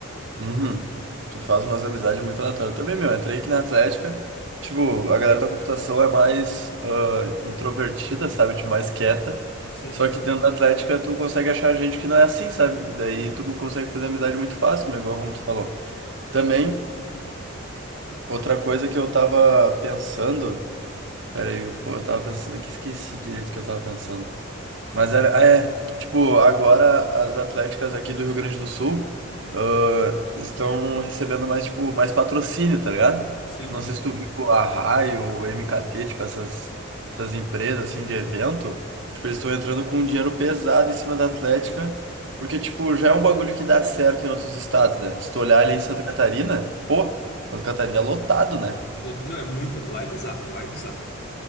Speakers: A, on the right; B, on the left.
A: Uhum. Tu faz umas amizades muito aleatórias. Também, meu, entrei aqui na Atlética. Tipo, a galera da computação é mais ah, introvertida, sabe? Tipo, mais quieta.
B: Sim,
A: Só que dentro da Atlética tu consegue achar gente que não é assim, sabe? E daí tu consegue fazer amizade muito fácil, meu, igual como tu falou. Também, outra coisa que eu tava pensando. Pera aí, pô, eu tava pensando aqui, esqueci direito o que eu tava pensando. Mas era, é, que, tipo, agora as atléticas aqui do Rio Grande do Sul, ah, estão recebendo mais, tipo, mais patrocínio, tá ligado?
B: sim,
A: Tipo, não sei se tu viu a Raio, MKT, tipo, essas, essas empresas, assim, de evento, tipo, eles estão entrando com um dinheiro pesado em cima da Atlética, porque, tipo, já é um bagulho que dá certo em outros estados, né? Se
B: sim.
A: tu olhar ali em Santa Catarina, pô, Santa Catarina é lotado, né?
B: No- Meu, é muito. Lá é bizarro, lá é bizarro.